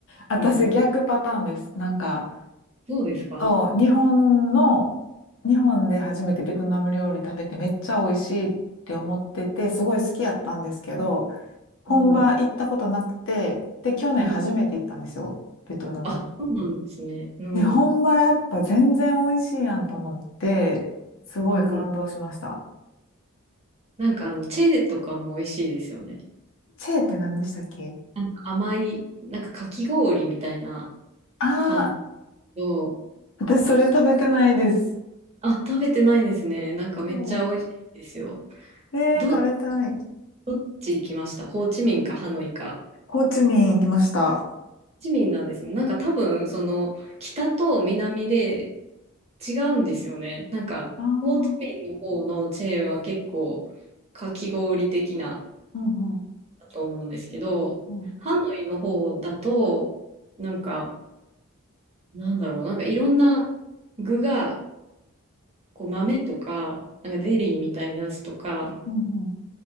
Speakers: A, on the left (about 65°); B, on the right (about 30°).
A: 私逆パターンです。
B: うん。
A: なんか、
B: どうですか
A: そう、日本の、日本で初めてベトナム料理食べてめっちゃ美味しいって思ってて、すごい好きやったんですけど、本場行ったことなくて、
B: うん。
A: で、去年初めて行ったんですよ、
B: うん。
A: ベトナム。
B: あ、そうなんですね。うん。
A: で、本場やっぱ全然美味しいやんと思って、すごい感動しました。
B: うん。なんかあの、チェーとかも美味しいですよね。
A: チェーって何でしたっけ
B: なんか甘い、なんかかき氷みたいな
A: ああ
B: 感じの
A: ー、私それ食べてないです。
B: あ、食べてないんですね。なんかめっちゃ美味しいですよ。
A: そう。えー、
B: ど、
A: 食べたい。
B: どっち行きましたホーチミンかハノイか。ホ
A: ホーチミン行きました。あ
B: ーチミンなんですね。なんか多分、その、北と南で違うんですよね。なんか、
A: あ、う
B: ホーチミンの方のチェーは結構、かき氷的な、
A: んうん、
B: だと思うんですけど、
A: うん、
B: ハノイの方だと、なんか、なんだろう、なんかいろんな具が、こう豆とか、なんかゼリーみたいなやつとか、
A: うん、うん、